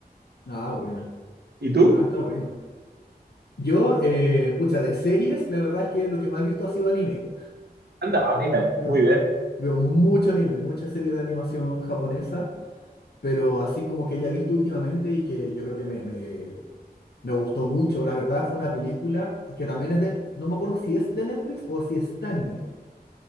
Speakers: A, on the left (about 80°); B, on the right (about 85°).
A: Ah, buena.
B: ¿Y tú?
A: Ah, está bueno. Yo, eh, pucha, de series, la verdad es que lo que más he visto ha sido anime.
B: Anda, anime,
A: Veo,
B: muy bien.
A: veo mucho anime, muchas series de animación japonesa, pero así como que haya visto últimamente y que yo creo que me, me, me gustó mucho, la verdad, fue una película que también es de, no me acuerdo si es de Netflix o si está en Netflix,